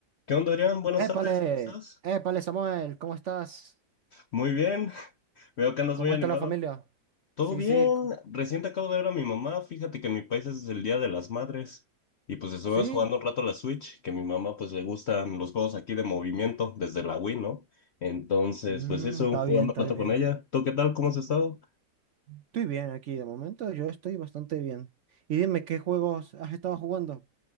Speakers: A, on the left (about 65°); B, on the right (about 65°).
A: ¿Qué onda, Adrián? Buenas
B: Épale,
A: tardes, ¿cómo estás?
B: épale, Samuel, ¿cómo estás?
A: Muy bien, <laughs> veo que andas
B: ¿Cómo
A: muy animado.
B: está la familia?
A: Todo
B: Sí,
A: bien,
B: sí, c-
A: recién te acabo de ver a mi mamá, fíjate que en mi país es el Día de las Madres y pues estuvimos
B: sí.
A: jugando un rato a la Switch, que a mi mamá pues le gustan los juegos aquí de movimiento desde la Wii, ¿no? Entonces,
B: Mm,
A: pues eso,
B: está
A: jugando
B: bien, está
A: un rato
B: bien.
A: con ella. ¿Tú qué tal? ¿Cómo has estado?
B: Estoy bien aquí, de momento yo estoy bastante bien. Y dime, ¿qué juegos has estado jugando?